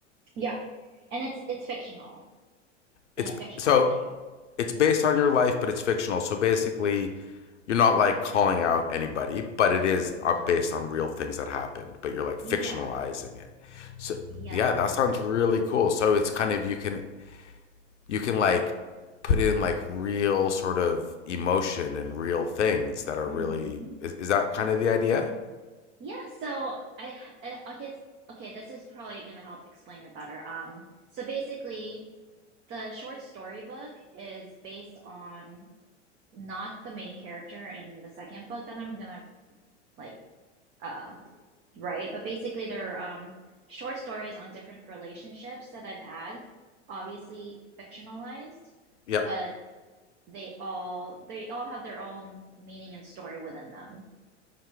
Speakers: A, on the right; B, on the left.
A: yeah. And it's it's fictional
B: It's
A: in a fictional
B: so
A: way, yeah.
B: it's based on your life, but it's fictional. So basically, you're not like calling out anybody, but it is
A: No.
B: uh, based on real things that happened, but you're like
A: Yeah.
B: fictionalizing it. So
A: Yeah.
B: yeah, that sounds really cool. So it's kind of you can you can like put in like real sort of emotion and real things that are
A: Mm-hmm.
B: really is, is that kind of the idea?
A: Yeah, so I, I I guess okay, this is probably gonna help explain it better. Um, so basically, the short story book is based on not the main character in the second book that I'm gonna like uh write, but basically they're um short stories on different relationships that I've had, obviously fictionalized,
B: Yeah.
A: but they all they all have their own meaning and story within them,